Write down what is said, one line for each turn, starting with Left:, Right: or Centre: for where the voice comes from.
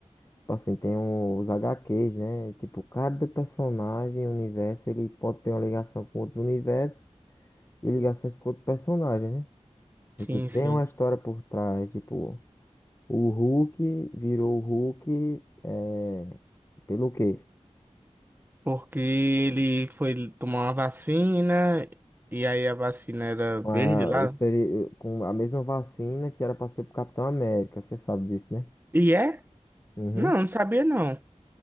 Left: tipo assim, tem os HQs, né? E, tipo, cada personagem, universo, ele pode ter uma ligação com outros universos e ligações com outros personagens, né?
Right: Sim,
Left: E, tipo,
Right: sim.
Left: tem uma história por trás, tipo, o Hulk virou o Hulk, é, pelo quê?
Right: Porque ele foi tomar uma vacina, e aí a vacina era
Left: com
Right: verde
Left: a,
Right: lá.
Left: experi- com a mesma vacina que era para ser pro Capitão América, você sabe disso, né?
Right: E é?
Left: Uhum.
Right: Não, não sabia não.